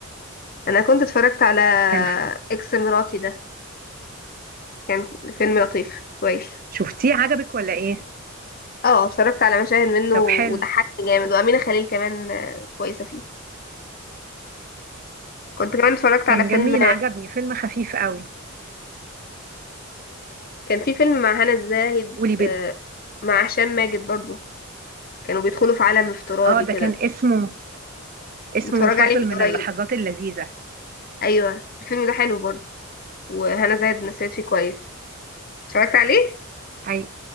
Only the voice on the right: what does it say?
كان
شفتيه عجبك ولا ايه
طب
حلو
كان
جميل عجبني فيلم خفيف قوي
قولي بي...
اه ده
كان اسمه اسمه
فاصل
من
اللحظات اللذيذة
اي